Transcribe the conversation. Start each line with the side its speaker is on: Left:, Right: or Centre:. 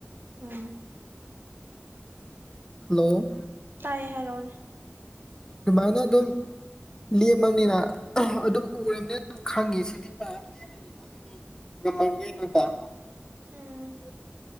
Right: ꯎꯝ
Left: ꯍꯜꯂꯣ
Right: ꯇꯥꯢꯌꯦ ꯍꯥꯏꯔꯛꯑꯣꯅꯦ
Left: ꯑꯗꯨꯃꯥꯏꯅ ꯑꯗꯨꯝ ꯂꯦꯝꯃꯕꯅꯤꯅ ꯑꯗꯨꯝ ꯎꯔꯕꯅꯤꯅ ꯈꯪꯉꯤ ꯁꯤꯗꯤ ꯄꯥꯞ ꯂꯦꯝꯃꯅꯤ ꯈꯣꯂꯅꯤ ꯉꯝꯃꯔꯅꯀꯣ <inaudible>
Right: ꯎꯝ